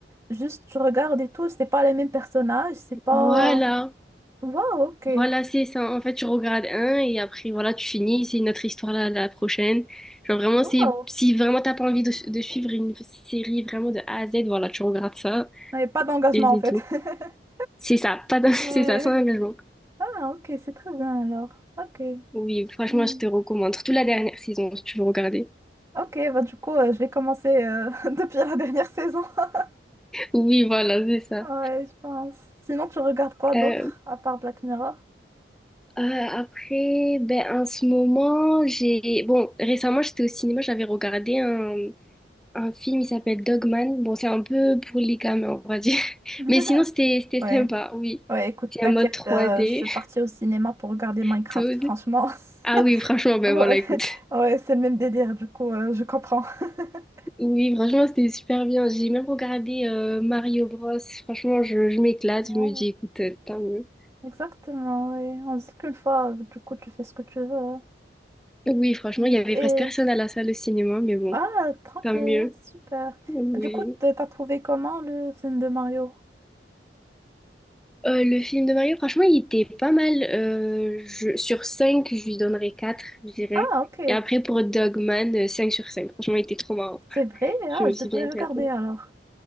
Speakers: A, on the right; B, in the centre.
A: Juste, je regarde et tout, c'est pas les mêmes personnages, c'est pas...
B: voilà.
A: Waouh, ok.
B: Voilà, c'est ça. En fait, tu regardes un et après, voilà, tu finis. C'est une autre histoire la, la prochaine. Genre, vraiment,
A: Waouh.
B: c'est... Si vraiment t'as pas envie de, de suivre une série vraiment de A à Z, voilà, tu regardes ça
A: Il n'y a pas d'engagement
B: et c'est
A: en fait.
B: tout.
A: <laughs>
B: C'est ça, pas d'en- <laughs> c'est
A: Ouais.
B: ça, sans engagement.
A: Ah, ok, c'est très bien alors. Ok.
B: Oui, franchement,
A: Hmm.
B: je te recommande. Surtout la dernière saison, si tu veux regarder.
A: Ok, bah du coup, euh, je vais commencer euh, <laughs> depuis la dernière saison. <laughs>
B: Oui, voilà, c'est ça.
A: Ouais, je pense. Sinon, tu regardes quoi d'autre,
B: Euh,
A: à part Black Mirror?
B: euh, après, ben, en ce moment, j'ai... Bon, récemment, j'étais au cinéma, j'avais regardé un, un film, il s'appelle Dogman. Bon, c'est un peu pour les gamins, on va dire. <laughs>
A: <laughs>
B: Mais sinon, c'était c'était
A: Ouais.
B: sympa, oui.
A: Ouais, écoute,
B: C'est
A: t'inquiète,
B: un mode 3D,
A: euh, je suis partie au cinéma pour regarder
B: <laughs>
A: Minecraft,
B: tout.
A: franchement. <laughs>
B: Ah oui, franchement, ben
A: Ouais,
B: voilà, écoute.
A: ouais, c'est le même délire, du coup, euh, je comprends. <laughs>
B: Oui, franchement, c'était super bien. J'ai même regardé euh, Mario Bros. Franchement, je, je m'éclate.
A: Hmm.
B: Je me dis, écoute, euh, tant mieux.
A: Exactement, oui. On dit qu'une fois, euh, du coup, tu fais ce que tu veux. hein.
B: Oui, franchement,
A: Mm.
B: il y avait
A: Et...
B: presque personne à la salle de cinéma, mais bon,
A: Ah, tranquille,
B: tant
A: hein,
B: mieux.
A: super.
B: Oui.
A: Du coup, t- t'as trouvé comment le film de Mario?
B: Euh, le film de Mario, franchement, il était pas mal. Euh, je- sur cinq je lui donnerais quatre je dirais.
A: Ah, ok.
B: Et après, pour Dogman, euh, 5 sur cinq Franchement, il était trop marrant.
A: C'est vrai, ah,
B: Je me
A: je
B: suis
A: devrais
B: bien éclatée.
A: regarder alors.